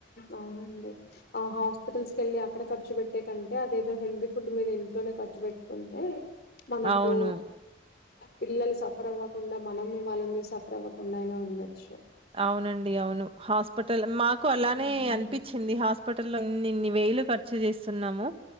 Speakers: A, on the left; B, on the right.
A: అవునండి ఆ హాస్పిటల్స్ కి వెళ్లి అక్కడ ఖర్చు పెట్టే కంటే అదేదో హెల్దీ ఫుడ్ మీద ఇంట్లోనే ఖర్చు పెట్టుకుంటే మనకు
B: అవును
A: పిల్లలు సఫర్ అవ్వకుండా మనం వాళ్ళంనీ సఫర్ అవ్వకుండా అయినా ఉండొచ్చు
B: అవునండి అవును హాస్పిటల్ మాకు అలానే
A: హ్మ్
B: అనిపించింది హాస్ప హస్పిటన్ని ఇన్ని వేలు ఖర్చు చేస్తున్నాము